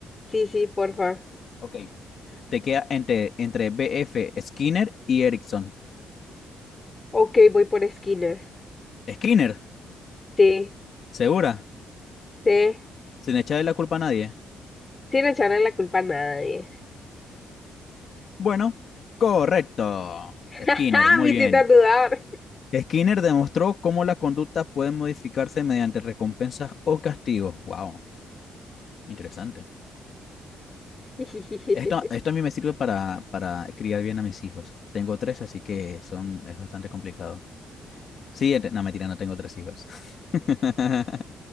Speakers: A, on the left; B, on the left.
A: Sí, sí, porfa.
B: Ok. Te queda entre, entre B.F. Skinner y Erickson.
A: Ok, voy por esquinas.
B: Skinner,
A: Sí,
B: segura,
A: sí.
B: sin echarle la culpa a nadie.
A: Sin echarle la culpa a nadie.
B: Bueno, correcto.
A: <laughs>
B: Skinner, muy
A: Me hiciste
B: bien.
A: dudar.
B: Skinner demostró cómo la conducta puede modificarse mediante recompensas o castigos. Wow, interesante.
A: <laughs>
B: Esto, esto a mí me sirve para, para criar bien a mis hijos. Tengo tres, así que son, es bastante complicado. Siguiente. No, mentira, no tengo tres hijos. <laughs>